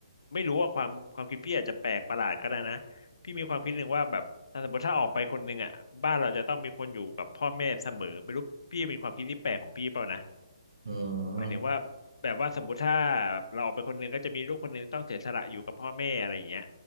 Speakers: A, on the left (about 80°); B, on the right (about 70°).
A: ไม่รู้ว่าความความคิดพี่อาจจะแปลกประหลาดก็ได้นะพี่มีความคิดหนึ่งว่าแบบถ้าสมมติถ้าออกไปคนหนึ่งอ่ะบ้านเราจะต้องมีคนอยู่กับพ่อแม่เสมอไม่รู้พี่เป็นความคิดที่แปลกของพี่เปล่านะ
B: อืม
A: หมายถึงว่าแบบว่าสมมุติถ้าแบบเราออกไปคนหนึงก็จะมีลูกคนหนึงต้องเสียสละอยู่กับพ่อแม่อะไรอย่างเงี้ย